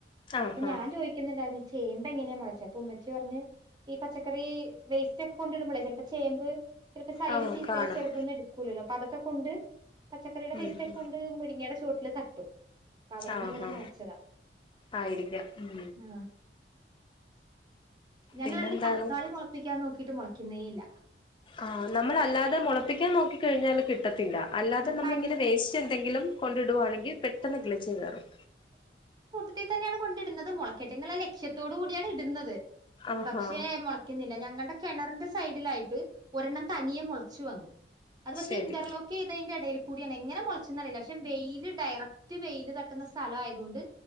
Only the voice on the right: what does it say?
അപ്പൊ ഞാൻ ചോദിക്കുന്നുണ്ടായിരുന്നു ഇ ചേമ്പെങ്ങനെയാ മുളച്ചേ? ഉമ്മച്ചി പറഞ്ഞ് ഈ പച്ചക്കറി വേസ്റ്റ് ഒക്കെ കൊണ്ടിടുമ്പോളേ ചിലപ്പോ ചേമ്പ് ചിലപ്പോ സൈഡ്
ചീത്തയ
ചെലതൊന്നും എടുക്കൂല്ലല്ലോ. അതൊക്കെ കൊണ്ട് പച്ചക്കറിയുടെ
വേസ്റ്റ് ഒക്കെ
കൊണ്ട് മുരിങ്ങയുടെ ചുവട്ടില് തട്ടും. അപ്പൊ അവിടുന്ന്
അങ്ങനെ മുളച്ചതാ
ആഹ് ഞങ്ങളാണെങ്കി
തക്കാളി മുളപ്പിക്കാൻ നോക്കി ഇത് മൊളക്കുന്നേ ഇല്ല.
ആഹ്
തൻ
ത്തി തന്നെയാണ് കൊണ്ടിട്ന്നത് മുളക്കെട്ടേ എന്നുള്ള ലക്ഷ്യത്തോട് കൂടിയാണ് ഇട്ന്നത്
പക്ഷെ മോളക്കുന്നില്ല ഞങ്ങൾടെ കെണറിന്റെ സൈഡിലായിട്ട് ഒരെണ്ണം തനിയെ മോളച്ചു വന്നു അത് പക്ഷെ
ഇന്റർലോക്കെയ്തെന്റെ എടയി കൂടിയാണ് എങ്ങനെ മോളച്ച്ന്നറിയില്ല ശേ വെയില് ഡയറക്റ്റ് വെയില് തട്ടുന്ന സ്ഥല ആയതു കൊണ്ട്